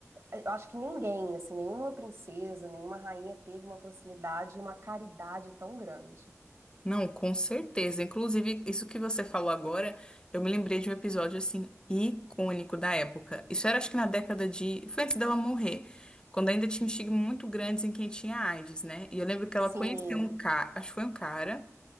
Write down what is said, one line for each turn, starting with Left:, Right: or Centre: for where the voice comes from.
Right: eu acho que ninguém, assim, nenhuma princesa, nenhuma rainha teve uma proximidade e uma caridade tão grande.
Left: Não, com certeza. Inclusive, isso que você falou agora, eu me lembrei de um episódio assim icônico da época. Isso era acho que na década de, foi antes dela morrer, quando ainda tinha um estigma muito grande em quem tinha AIDS, né? E eu lembro que
Right: Sim,
Left: ela conheceu um cara, acho que foi um cara